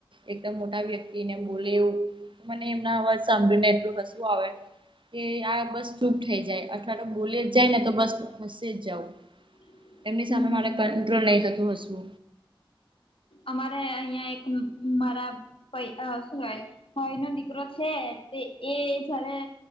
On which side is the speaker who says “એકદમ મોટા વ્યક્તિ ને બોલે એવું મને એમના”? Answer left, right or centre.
Right